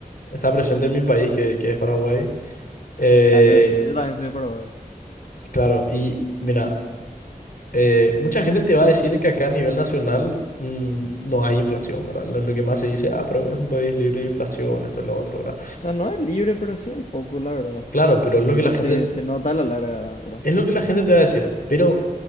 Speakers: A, on the left; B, on the left.
A: está presente en mi país, que, que es Paraguay.
B: Ujú.
A: Eh,
B: Ah, yo, yo, yo también soy de Paraguay.
A: claro, y mira, eh, mucha gente te va a decir que acá a nivel nacional mm, no hay inflación, ¿verdad? Lo, lo que más se dice, ah, pero es un país libre de inflación, esto es lo otro, ¿verdad?
B: O sea, no es libre, pero sí hay poco, la verdad.
A: Claro, pero es lo
B: Pero
A: que la gente
B: se, se nota a la larga, ¿verdad?
A: Es lo que la gente te va a decir, pero